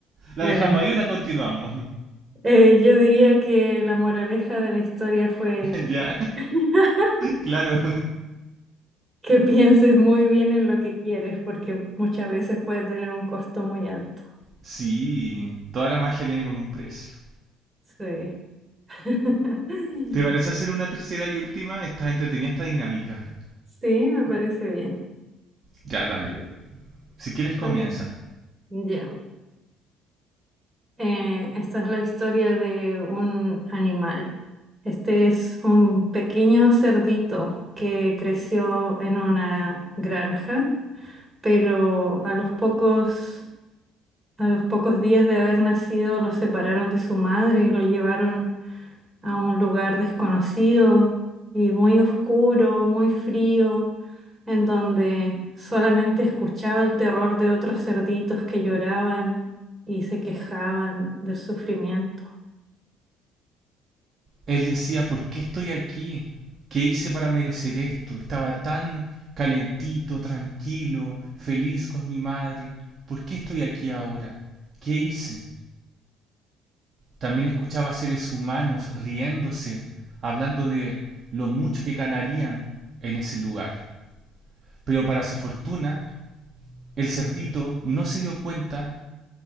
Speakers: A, on the right; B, on the right.
A: ¿La
B: Bueno,
A: dejamos ahí o la continuamos?
B: eh, yo diría que la moraleja de la historia fue
A: <laughs> ya,
B: <laughs>
A: claro.
B: que pienses muy bien en lo que quieres, porque muchas veces puede tener un costo muy alto.
A: Sí, toda la magia viene con un precio.
B: Sí. <laughs>
A: ¿Te parece hacer una tercera y última? Estás entretenida esta dinámica.
B: Sí, me parece bien.
A: Ya, dale.
B: Ya,
A: Si quieres
B: Está
A: comienza.
B: bien. Ya. Eh, esta es la historia de un animal. Este es un pequeño cerdito que creció en una granja, pero a los pocos, a los pocos días de haber nacido lo separaron de su madre y lo llevaron a un lugar desconocido y muy oscuro, muy frío, en donde solamente escuchaba el terror de otros cerditos que lloraban y se quejaban del sufrimiento.
A: Él decía, ¿por qué estoy aquí? ¿Qué hice para merecer esto? Estaba tan calentito, tranquilo, feliz con mi madre. ¿Por qué estoy aquí ahora? ¿Qué hice? También escuchaba a seres humanos riéndose, hablando de lo mucho que ganarían en ese lugar. Pero para su fortuna, el cerdito no se dio cuenta